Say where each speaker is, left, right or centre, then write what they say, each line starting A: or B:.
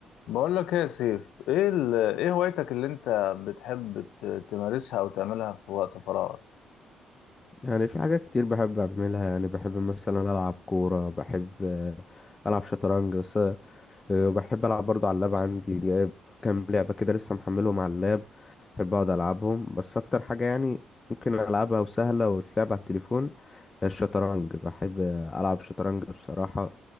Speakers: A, on the left (about 85°); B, on the left (about 25°).
A: بقول لك ايه يا سيف ايه ال... ايه هوايتك اللي انت بتحب ت- تمارسها او تعملها في وقت فراغك
B: يعني في حاجات كتير بحب أعملها يعني بحب مثلا ألعب كورة بحب آه، ألعب شطرنج بس آه، وبحب ألعب برضو على اللاب عندي جايب كام لعبة كده لسه محملهم على اللاب بحب أقعد ألعبهم بس أكتر حاجة يعني ممكن ألعبها وسهلة وتلعب على التليفون هي الشطرنج بحب آه، ألعب شطرنج بصراحة